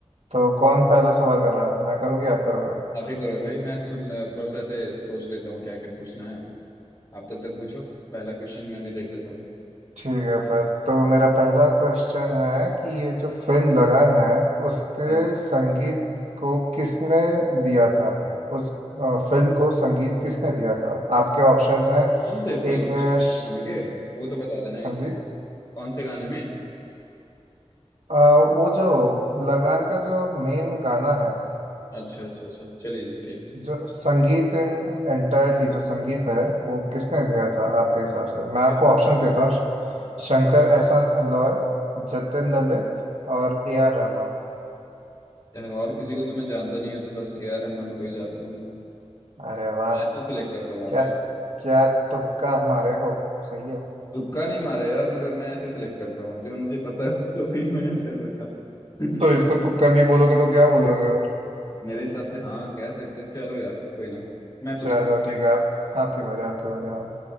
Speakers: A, on the right; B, on the left.
A: तो कौन पहला सवाल कर रहा है मैं करूँगी आप करोगे
B: आप ही करो भाई मैं सुन थोड़ा सा ऐसे सोच लेता हूँ क्या क्या पूछना है आप तब तक पूछो पहला क्वेश्चन मैं भी देख लेता हूँ
A: ठीक है फिर तो मेरा पहला क्वेश्चन है कि ये जो फिल्म लगन है उसके
B: लाइक
A: संगीत को किसने दिया था उस अ, फिल्म को संगीत किसने दिया था आपके ऑप्शंस हैं
B: कौन से फिल्म
A: एक है
B: गाने
A: श...
B: के वो तो बता देना
A: हाँ
B: एक
A: जी
B: कौन से गाने में
A: अ, वो जो लगान का जो मेन गाना है
B: अच्छा अच्छा अच्छा चलिए जी, ठीक
A: जो संगीत इन एंटायरली जो संगीत है वो किसने दिया था आपके हिसाब से मैं
B: ठीक
A: आपको
B: है
A: ऑप्शन देता हूँ
B: हाँ
A: शंकर एहसान अल्लॉय जतिन ललित और ए आर रहमान
B: यार, और किसी को तो मैं जानता नहीं हूँ तो बस ए आर रहमान को ही जानता हूँ
A: अरे वाह
B: मैं ऐसे सिलेक्ट करता हूँ ऑप्शन
A: क्या क्या तुक्का हमारे हो सही है <laughs>
B: तुक्का नहीं मारा यार मगर मैं ऐसे सिलेक्ट करता हूँ जो मुझे पता है <laughs> तो वही मैं आंसर देता हूँ
A: तो
B: <laughs>
A: इसको तुक्का नहीं बोलोगे तो क्या बोलोगे और
B: मेरे हिसाब से हाँ कह सकते चलो यार कोई ना मैं पूछता
A: चलो
B: हूँ
A: ठीक है आप- आपकी बारी आपकी बारी हाँ